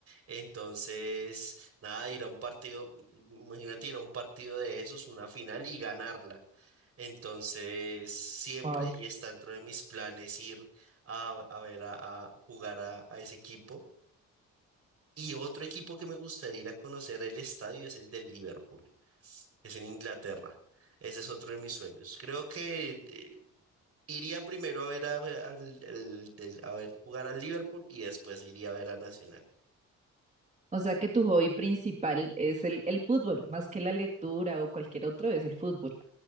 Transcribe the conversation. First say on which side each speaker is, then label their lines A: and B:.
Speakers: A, on the right (about 50°); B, on the right (about 25°).
A: Entonces, nada, ir a un partido, imagínate ir a un partido de esos, una final y ganarla. Entonces, siempre
B: Wow.
A: y está dentro de mis planes ir a, a ver a, a jugar a a ese equipo. Y otro equipo que me gustaría ir a conocer el estadio es el del Liverpool es en Inglaterra. Ese es otro de mis sueños. Creo que eh, iría primero a ver a, al- al- del- a ver jugar al Liverpool y después iría a ver a Nacional.
B: O sea que tu hobby principal es el, el fútbol, más que la lectura o cualquier otro, es el fútbol.